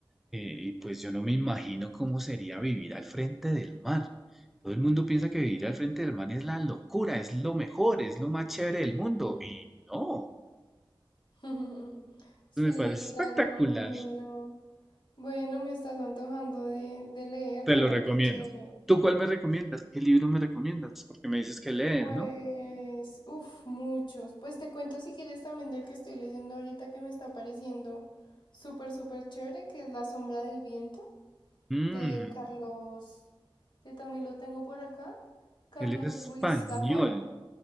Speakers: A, in the centre; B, on the left.
A: eh, y pues yo no me imagino cómo sería vivir al frente del mar. Todo el mundo piensa que vivir al frente del mar es la locura, es lo mejor, es lo más chévere del mundo. Y no,
B: <laughs> Sí,
A: me parece
B: claro,
A: espectacular.
B: me imagino. Bueno, me estás antojando de, de leerlo.
A: Te lo recomiendo.
B: Qué chévere.
A: ¿Tú cuál me recomiendas? ¿Qué libro me recomiendas? Porque me dices que lees,
B: Pues,
A: ¿no?
B: uff, muchos. Pues te cuento si quieres también del que estoy leyendo ahorita que me está pareciendo súper, súper chévere, que es La sombra del viento
A: Mmm,
B: de Carlos, que también lo tengo por acá, Carlos
A: él es
B: Ruiz
A: español.
B: Zafón.